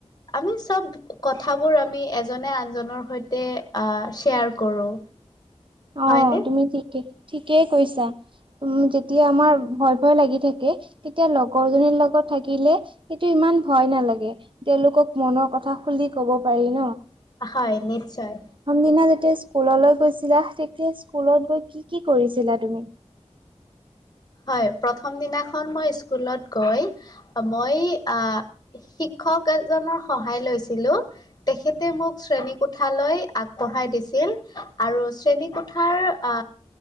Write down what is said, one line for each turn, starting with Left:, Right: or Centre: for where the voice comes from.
Left: আমি চব কথাবোৰ আমি এজনে আন জনৰ সৈতে আহ, শ্বেয়াৰ কৰো। হয়নে
Right: অ তুমি ঠিকে ঠিকেই কৈছা উম, যেতিয়া আমাৰ ভয় ভয় লাগি থাকে, তেতিয়া লগৰ জনীৰ লগত থাকিলে সেটো ইমান ইমান ভয় নালাগে, তেওঁলোকক মনৰ কথা খুলি কব পাৰি ন'।
Left: হয় নিশ্চয়।
Right: সেইদিনা যেতিয়া স্কুললৈ গৈছিলা, তেতিয়া স্কুলত গৈ কি কি কৰিছিলা তুমি?
Left: <inaudible> হয় প্ৰথম দিনাখন মই স্কুলত গৈ মই আ <unintelligible> <unintelligible> এজনৰ সহায় লৈছিলো তেখেতে মোক শ্ৰেণী কোঠালৈ আগবঢ়াই <unintelligible> <unintelligible> শ্ৰেনী কোঠাৰ আ